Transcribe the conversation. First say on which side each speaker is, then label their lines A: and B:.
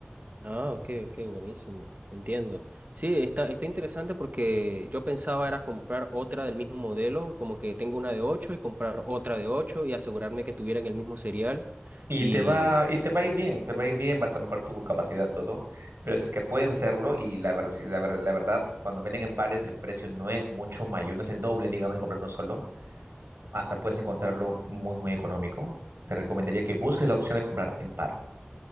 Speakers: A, on the right (about 45°); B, on the right (about 85°).
A: Ah, ok, ok, buenísimo, entiendo. Sí, está, está interesante porque yo pensaba era comprar otra del mismo modelo, como que tengo una de 8 y comprar otra de 8 y asegurarme que tuvieran el mismo serial
B: Y
A: y,
B: te va, y te va a ir bien, te va a ir bien, vas a mejorar tu capacidad, todo. Pero si es que puedes hacerlo, y la, ver- si la, ver- la verdad, cuando venden en pares, el precio no es mucho mayor, no es el doble, digamos, de comprar uno solo. Hasta puedes encontrarlo muy, muy económico. Te recomendaría que busques la opción de comprar en par.